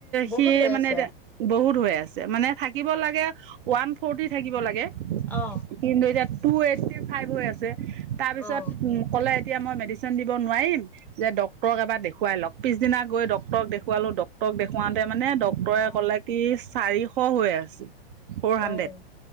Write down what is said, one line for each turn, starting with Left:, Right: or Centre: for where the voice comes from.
Centre: বহুত
Right: সি
Centre: হৈ
Right: মানে
Centre: আছে
Right: এতিয়া বহুত হৈ আছে মানে থাক থাকিব লাগে ওৱান ফৰটি থাকিব লাগে
Centre: অ',
Right: কিন্তু এতি টু এইটি ফাইভ হৈ আছে তাৰ
Centre: অ',
Right: পিছত উম কলে এতিয়া মই মেডিচেন দিব নোৱাৰিম যে ডক্টৰ এবাৰ দেখো খুৱাই লওক পিছদিনা গৈ ডক্টৰক দেখুৱালোঁ ডক্টৰে দেখুৱাওঁতে মানে ডক্টৰে
Centre: অ',
Right: ক'লে কি চাৰিশ হৈ আছে ফ'ৰ
Centre: অ',
Right: হাণ্ড্ৰেড